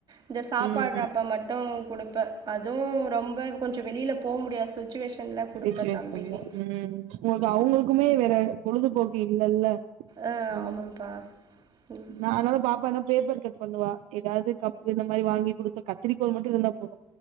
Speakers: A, on the right; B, on the right.
A: இந்த சாப்பாட்றப்ப
B: ம் ம்
A: மட்டு குடுப்பே அதுவு ரொம்ப கொஞ்சோ வெளிலப் போ முடியா சுச் ச்சுவேஷன்ல குடுப்பேந்
B: சிச்சுவேஷன்ல
A: தம்பிகி
B: ம் உங்கள்கு அவுங்களுக்குமே வேற பொழுதுபோக்கு இல்லல்ல
A: அ
B: ம்
A: ஆமம்பா ம்
B: நா அதனால பாப்பா எனப் பேப்பர் கட் பண்ணுவா எதாது கப்பு இந்த மாரி வாங்கி குடுத்து கத்திரிக்கோள் மட்டு இருந்தா போது